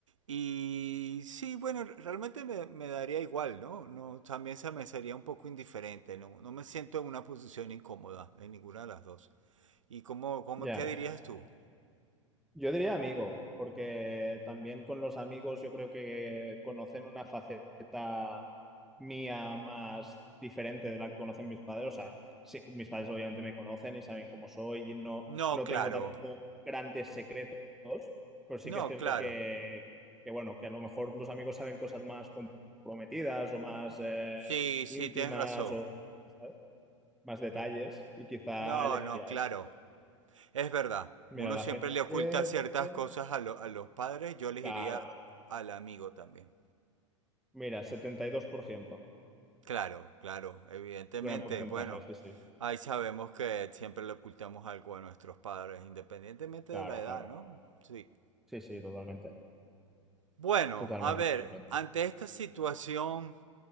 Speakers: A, on the right; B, in the centre.
A: Y sí, bueno, realmente me, me daría igual, ¿no? No, también se me sería un poco indiferente, no, no me siento en una posición incómoda en ninguna de las dos. ¿Y cómo, cómo,
B: ya.
A: qué dirías tú?
B: Yo diría amigo, porque también con los amigos yo creo que conocen una faceta mía más diferente de la que conocen mis padres. O sea, sí, mis padres obviamente me conocen y saben cómo soy y no,
A: No,
B: no
A: claro.
B: tengo tampoco grandes secretos, pero sí que
A: No,
B: es cierto
A: claro.
B: que, que, bueno, que a lo mejor los amigos saben cosas más comprometidas o más eh,
A: Sí,
B: íntimas
A: sí, tienes razón.
B: o ¿sabes? más detalles y quizá
A: No,
B: elegiría
A: no, claro.
B: esto.
A: Es verdad.
B: Mira,
A: Uno
B: la
A: siempre
B: gente
A: le oculta ciertas
B: dice,
A: cosas a, lo- a los padres. Yo les
B: claro.
A: diría al amigo también.
B: Mira, 72%,
A: Claro, claro. Evidentemente,
B: gran porcentaje,
A: bueno.
B: sí, sí,
A: Ahí sabemos que siempre le ocultamos algo a nuestros padres, independientemente
B: claro,
A: de la edad,
B: claro,
A: ¿no? Sí.
B: sí, sí, totalmente,
A: Bueno,
B: totalmente,
A: a ver,
B: totalmente.
A: ante esta situación